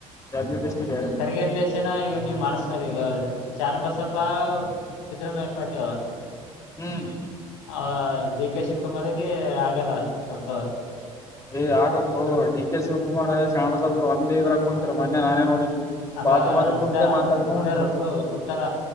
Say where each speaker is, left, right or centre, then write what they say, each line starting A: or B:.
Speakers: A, on the left; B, on the left.
A: ಜಾತ್ರೆ ಡಿಸ್ಟಿಕ್
B: ಕರಿಗನ್ಲೇಶನ ಈಗ ನೀವ್ ಮಾಡ್ ಸರ್ ಈಗ ಚೆನ್ನಬಸಪ್ಪ ಸಿದ್ದರಾಮಯ್ಯ ಪಾಟಿ ಅವ
A: ಹ್ಮ್
B: ಆ ಡಿ ಕೆ ಶಿವಕುಮಾರ್ಿಗೆ ಆಗಲ್ಲ ಸ್ವಲ್ಪ
A: ಏ್ ಆಗತ್ತು ಡಿ ಕೆ ಶಿವಕುಮಾರ್ ಶ್ಯಾಮಸೂರು ಒಂದೇ ಇದ್ರ ಕುಂತರು ಮೊನ್ನೆ ನಾನೇ ನೋಡಿನಿ
B: ಅಲ್ಲ
A: ಬಾಜು ಬಾಜು
B: ಅಂದ
A: ಕುಂತೆ ಮಾತಾಡ್ಕೊಂಡ್
B: ನೋಡ್ಯಾರ
A: ಹೊಂಟ್ರಿ
B: ಒಬ್ಡು ಕುಂತಾರ